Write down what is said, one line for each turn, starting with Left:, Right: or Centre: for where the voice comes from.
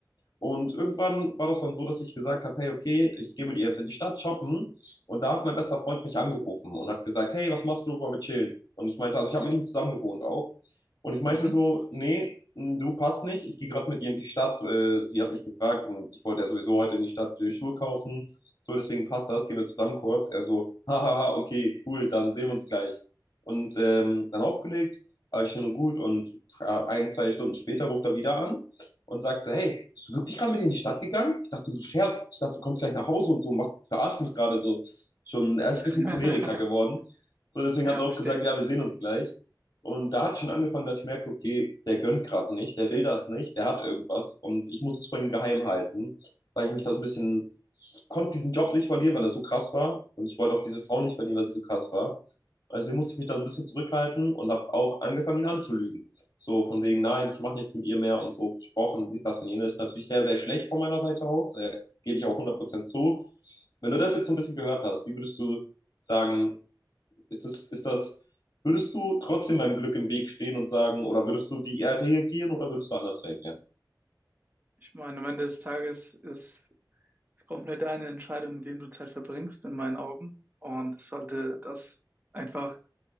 Left: Und irgendwann war das dann so, dass ich gesagt habe, hey, okay, ich gehe mit ihr jetzt in die Stadt shoppen. Und da hat mein bester Freund mich angerufen und hat gesagt, hey, was machst du, wollen wir chillen? Und ich meinte, also ich habe mit ihm zusammen gewohnt auch. Und ich meinte
Right: Mhm.
Left: so, nee, m, du passt nicht, ich gehe gerade mit ihr in die Stadt. Äh, Sie hat mich gefragt und ich wollte ja sowieso heute in die Stadt äh, Schuhe kaufen. So, deswegen passt das, gehen wir zusammen kurz. Er so, <laughs> hahaha, okay, cool, dann sehen wir uns gleich. Und ähm, dann aufgelegt, alles schön und gut. Und äh, ein, zwei Stunden später ruft er wieder an und sagt so, hey, bist du wirklich gerade mit in die Stadt gegangen? Ich dachte, du scherzt. Ich dachte, du kommst gleich nach Hause und so, machst, verarscht mich gerade so. Schon, er ist
Right: <laughs>
Left: ein bisschen choleriker geworden. So, deswegen
Right: Ja,
Left: hat er auch
Right: verstehe.
Left: gesagt, ja, wir sehen uns gleich. Und da hat schon angefangen, dass ich merke, okay, der gönnt gerade nicht, der will das nicht, der hat irgendwas und ich muss es vor ihm geheim halten, weil ich mich da so ein bisschen, ich konnte diesen Job nicht verlieren, weil er so krass war und ich wollte auch diese Frau nicht verlieren, weil sie so krass war. Also musste ich mich da so ein bisschen zurückhalten und habe auch angefangen, ihn anzulügen. So von wegen, nein, ich mache nichts mit ihr mehr und so versprochen, dies, das und jenes. Natürlich sehr, sehr schlecht von meiner Seite aus, äh, gebe ich auch hundert Prozent zu. Wenn du das jetzt so ein bisschen gehört hast, wie würdest du sagen, ist das, ist das, würdest du trotzdem meinem Glück im Weg stehen und sagen, oder würdest du wie er reagieren oder würdest du anders reagieren?
Right: Ich meine, am Ende des Tages ist komplett deine Entscheidung, mit wem du Zeit verbringst, in meinen Augen. Und es sollte das einfach